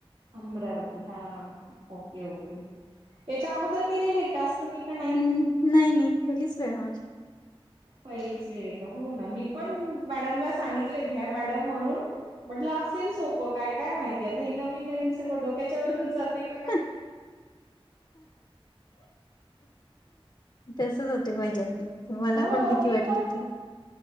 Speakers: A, on the right (about 70°); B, on the left (about 45°).
A: अमरावती हा ओके ओके याच्या अगोदर केलेली टास्क तुम्ही? का नाही
B: हम्म नाही नाही पयलीच वेळ आहे माझी.
A: पहिलीच वेळय का हो ना मी पण मॅडमला सांगितलं घ्या मॅडम म्हणून. म्हटलं असेल सोपं काय काय माहिती आता हे नवीन नवीन सगळं डोक्याच्या वरूनच जातेय क
B: <inaudible> तसच होते पहिल्यांदी. मला
A: हो
B: पण भीती
A: मी
B: वाटली
A: पण
B: होती